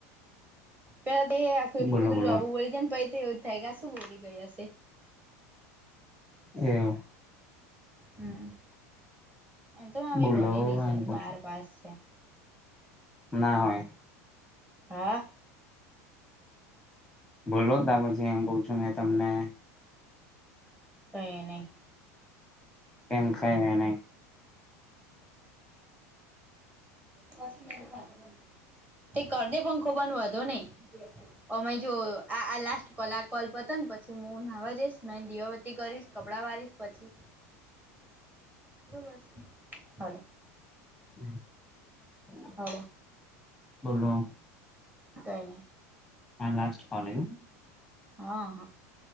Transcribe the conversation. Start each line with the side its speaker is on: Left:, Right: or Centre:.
Right: પહેલા તો તમે એટલું બધું
Centre: બોલો
Right: ઝડપથી
Centre: બોલો
Right: બોલી ગયા કે પછી મને વિચાર આવતો રહ્યો કે તમે શું બોલી ગયા હશો.
Centre: એવ
Right: હમ એમ તો હું
Centre: બોલો
Right: ભણેલી છું,
Centre: એમ કઉ
Right: બારમું પાસ છું.
Centre: ના હોય
Right: હા
Centre: બોલો ને, પછી હું તમને કહું છું.
Right: કોઈ નહીં.
Centre: એમ કઈ નહી
Right: <unintelligible> તે કર દે પંખો બંધ વધો નહીં. અમે જો આ આ લાસ્ટ કોલ આ કોલ પતા ને પછી પછી હું ન નાહવા જઈશને દીવાબતી કરીશ, કપડાં વારીશ પછી બરોબ હાલ <inaudible>
Centre: હમ <inaudible>
Right: હ <inaudible>
Centre: બોલો.
Right: કંઇ નહી
Centre: હા લાસ્ટ કોલ આવું.
Right: હા હા